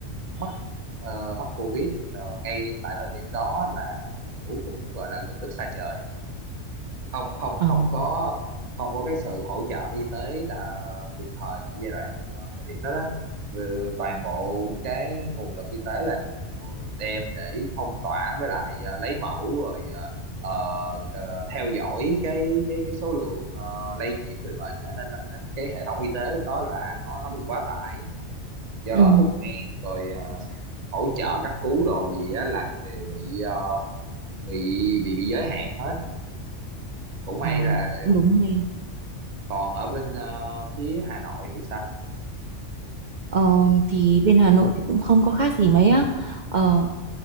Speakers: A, on the right; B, on the right.
A: mắc ờ, mắc covid ờ, ngay tại thời điểm đó là kiểu cũng gọi là gần đất xa trời không không
B: ờ,
A: không có không có cái sự hỗ trợ y tế à, kịp thời ngay giai đoạn ờ, thời điểm đó đó Vừa toàn bộ cái nguồn lực y tế là đều đem để phong tỏa với lại ờ, lấy mẫu rồi ờ, ờ, ờ, theo dõi cái cái cái số lượng ờ, lây nhiễm người bệnh á. nên là- nên cái hệ thống y tế lúc đó là nó nó bị quá tải do
B: ừ,
A: đó thuốc men rồi à, hỗ trợ cấp cứu đồ gì á là đều bị ờ, bị bị bị giới hạn hết cũng may
B: ờ,
A: là
B: cũng đúng ha.
A: còn ở bên ờ, phía Hà Nội thì sao
B: Ờ, thì bên Hà Nội thì cũng không có khác gì mấy á. Ờ,